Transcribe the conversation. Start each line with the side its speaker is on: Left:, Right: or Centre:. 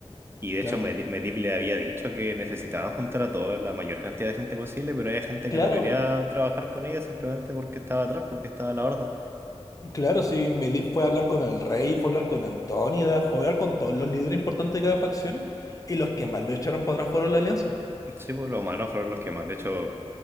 Right: Y de
Left: Claro,
Right: hecho, Medi- Medivh le había dicho que necesitaban juntar a toda la mayor cantidad de gente posible, pero había gente
Left: claro,
Right: que no quería trabajar con ella simplemente porque estaba atrás, porque estaba la horda.
Left: claro, sí, Medivh fue a hablar con el rey, fue a hablar con Antónida, fue a hablar con todos los líderes importantes de cada facción y los que más lo echaron para atrás fueron la alianza.
Right: Sí, pues los humanos fueron los que más. De hecho,